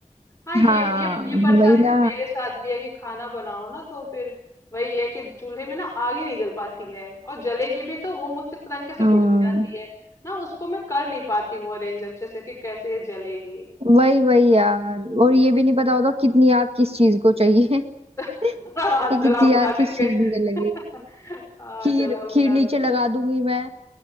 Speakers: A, on the left; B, on the right.
A: हाँ ये
B: हाँ
A: ये ये परेशानी
B: वही ना
A: तो मेरे साथ भी है कि खाना बनाओ ना तो फिर वही है कि चूल्हे में ना आग ही नहीं जल पाती है और जलेगी भी तो वो मुझसे तो पता नहीं कैसे
B: हाँ,
A: बुझ भी जाती है ना उसको मैं कर नहीं पाती हूँ अरेंज अच्छे से कि कैसे ये जलेगी
B: वही वही यार और ये भी नहीं पता होता कितनी आग किस चीज को चाहिए
A: <laughs>
B: <laughs>
A: हाँ,
B: ये
A: जला
B: कितनी
A: बुना
B: आग किस
A: देंगे
B: चीज में लगेगी
A: <laughs> हाँ
B: खीर
A: जला बुना
B: खीर नीचे
A: देंगे
B: लगा दूंगी मैं